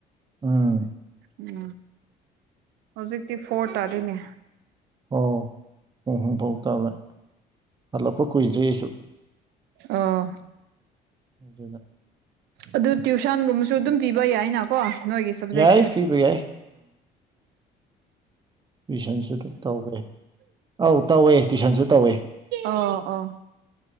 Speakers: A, on the right (about 25°); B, on the right (about 85°).
A: ꯎꯝ
B: ꯎꯝ ꯍꯧꯖꯤꯛꯇꯤ ꯐꯣꯔ ꯇꯥꯗ꯭ꯔꯤꯅꯦ
A: ꯑꯣ ꯄꯨꯡ ꯑꯍꯨꯝ ꯐꯥꯎ ꯇꯝꯃꯦ ꯍꯜꯂꯞꯄ ꯀꯨꯏꯗ꯭ꯔꯤ ꯑꯩꯁꯨ
B: ꯑꯧ
A: ꯑꯗꯨꯅ
B: ꯑꯗꯨ ꯇ꯭ꯌꯨꯁꯟꯒꯨꯝꯕꯁꯨ ꯑꯗꯨꯝ ꯄꯤꯕ ꯌꯥꯏꯅꯀꯣ ꯅꯣꯏꯒꯤ ꯁꯕꯖꯦꯛꯁꯦ
A: ꯌꯥꯏ
B: ꯎ
A: ꯄꯤꯕ ꯌꯥꯏ ꯇꯨꯢꯁꯟꯁꯨ ꯑꯗꯨꯝ ꯇꯧꯒꯦ ꯑꯥꯎ ꯇꯧꯋꯦ ꯇꯨꯏꯁꯟꯁꯨ ꯇꯧꯋꯦ
B: ꯑꯣ ꯑꯣ